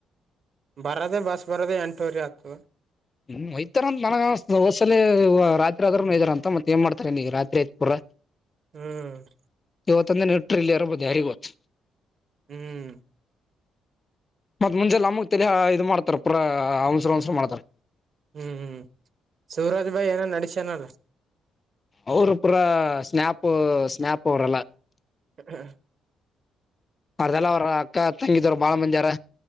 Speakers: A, on the right; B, on the left.
A: ಬರೋದೆ ಬಸ್ ಬರೋದೆ ಎಂಟೂವರಿ ಹತ್ತದ
B: ಹ್ಮ ಒಯ್ತಾರಂತ ನನಗ ಅನ್ನಿಸುತ್ತದೆ ಹೊದ್ಸಲಿ ರಾತ್ರಿ ಆದ್ರೂ ವೈಯ್ದಾರ ಅಂತ ಮತ್ತ್ ಏನ್ ಮಾಡ್ತಾರೆ ನೀಗ ರಾತ್ರಿ ಆಯ್ತ್ ಪೂರ
A: ಹ್ಮ್
B: ಇವತ್ತಂದು ದಿನ ಇಟ್ರ ಇಲ್ಲೆ ಇರಬೋದು ಯಾರಿಗೋತ್ತು.
A: ಹ್ಮ್
B: ಮತ್ತ್ ಮುಂಜೆ ನಮ್ಮಗ್ ತಿಲ ಇದು ಮಾಡ್ತಾರ ಪುರ ಅವನ್ಸ ಒನ್ಸರು ಮಾಡ್ತಾರ
A: ಹ್ಮ್ ಹ್ಮ್ ಶಿವರಾಜ್ ಬಾಯ್ ಏನೋ ನಡಿಸ್ಯನಲ್ಲ
B: ಅವ್ರ ಪುರ ಸ್ನ್ಯಾಪು ಸ್ನ್ಯಾಪು ಅವರೆಲ್ಲ
A: ಹ್ಮ ಹ್ಮ
B: ಅರ್ದೆಲ್ಲಿ ಅವ್ರ ಅಕ್ಕ ತಂಗಿದವರು ಬಾಳ ಮಂದಿ ಹೌರ